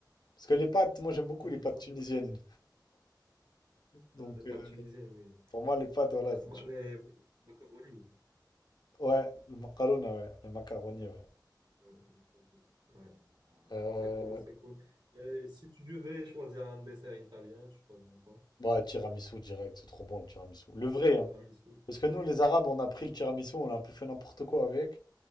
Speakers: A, on the left (about 65°); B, on the right (about 80°).
A: Parce que les pâtes, moi j'aime beaucoup
B: La
A: les
B: pizza,
A: pâtes tunisiennes. <laughs> Donc
B: euh, elle est
A: euh,
B: pas tunisienne, oui.
A: pour moi, les pâtes, voilà.
B: Euh,
A: c'est
B: ma-
A: tu-
B: Les macaronis.
A: Ouais, le macaroni, ouais. Le macaroni, ouais.
B: Ouais, ouais. ouais.
A: Euh,
B: c'est cool, c'est cool. Et si tu devais choisir un dessert italien, tu choisirais quoi?
A: ouais, tiramisu direct, c'est trop bon le tiramisu. Le vrai, hein.
B: Tiramisu,
A: Parce
B: oui.
A: que nous, les Arabes, on a pris le tiramisu, on a un peu fait n'importe quoi avec.